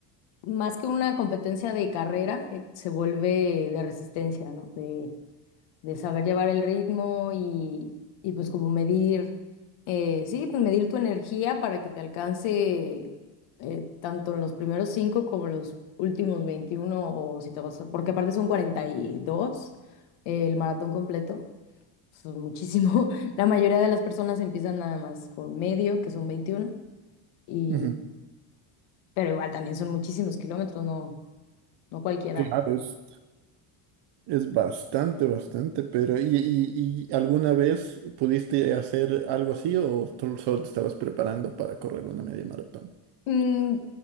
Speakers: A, on the left; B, on the right.
A: más que una competencia de carrera, eh, se vuelve de resistencia, ¿no? De, de saber llevar el ritmo y, y pues como medir, eh, sí, pues medir tu energía para que te alcance eh, tanto en los primeros cinco como en los últimos veintiuno o si te vas a- porque aparte son 42 eh, el maratón completo, son muchísimo. <laughs> La mayoría de las personas empiezan nada más con medio, que son 21 y,
B: ujú,
A: pero igual también son muchísimos kilómetros, no, no cualquiera.
B: Claro, es- Es bastante, bastante, pero ¿y, y- y alguna vez pudiste hacer algo así o tú solo te estabas preparando para correr una media maratón?
A: Mm,